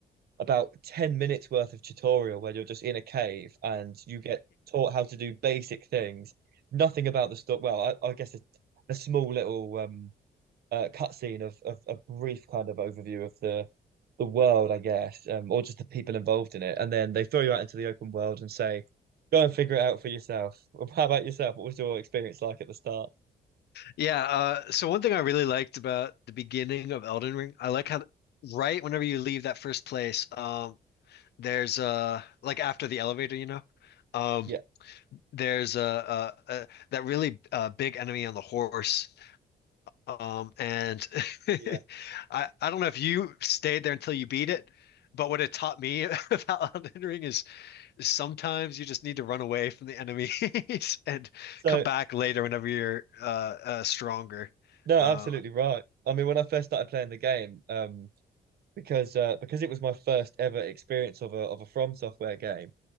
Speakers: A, on the right; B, on the left.
A: about 10 minutes worth of tutorial where you're just in a cave and you get taught how to do basic things. Nothing about the story. Well, I, I guess a, a small little um uh, cutscene of, of a brief kind of overview of the the world, I guess, um, or just the people involved in it. And then they throw you out into the open world and say, go and figure it out for yourself. <laughs> Well, How about yourself? What was your experience like at the start?
B: Yeah, uh, so one thing I really liked about the beginning of Elden Ring, I like how th- right whenever you leave that first place, um, there's uh like after the elevator, you know, um,
A: Yeah,
B: there's uh, uh, uh that really uh, big enemy on the horse, um, and <laughs>
A: yeah.
B: I I don't know if you stayed there until you beat it, but what it taught me <laughs> about Elden Ring is sometimes you just need to run away from the enemies <laughs> and
A: So,
B: come back later whenever you're uh, uh stronger.
A: no,
B: Uh,
A: absolutely right. I mean, when I first started playing the game, um, because uh, because it was my first ever experience of a of a From Software game.